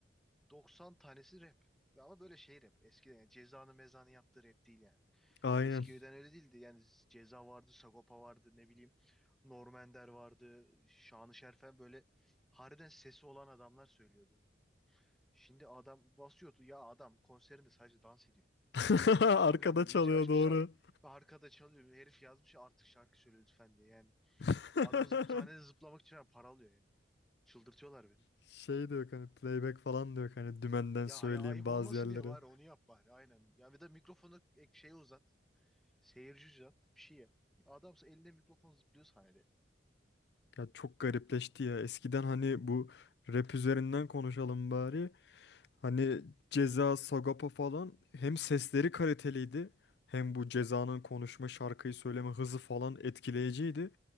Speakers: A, in the centre; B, on the left (about 60°).
A: 90 tanesi rap. Ve Ama böyle şey rap. Eskiden yani Ceza'nın Meza'nın yaptığı rap değil yani.
B: Aynen.
A: Eskiden öyle değildi. Yani Ceza vardı, Sagopa vardı, ne bileyim Norm Ender vardı, Şanı Şerfen böyle harbiden sesi olan adamlar söylüyordu. Şimdi adam basıyordu. Ya adam konserinde sadece dans ediyor.
B: <laughs> Arkada
A: Arka planda
B: çalıyor
A: müziği açmışlar
B: doğru.
A: ve arkada çalıyor. Herif yazmış ya, artık şarkı söyle lütfen diye yani.
B: <laughs>
A: Adam zıp, sahnede zıplamak için yani para alıyor ya. Çıldırtıyorlar beni.
B: Şey diyor hani playback falan diyor hani dümenden
A: Ya
B: söyleyeyim
A: haya ayıp
B: bazı
A: olmasın
B: yerleri.
A: diye var onu yap bari aynen. Ya bir de mikrofonu ek şeye uzat. Seyirci uzat bir şey yap. Adamsa elinde mikrofon zıplıyor sahnede.
B: Ya çok garipleşti ya. Eskiden hani bu rap üzerinden konuşalım bari. Hani Ceza, Sagopa falan hem sesleri kaliteliydi hem bu Ceza'nın konuşma,
A: <laughs>
B: şarkıyı söyleme hızı falan etkileyiciydi.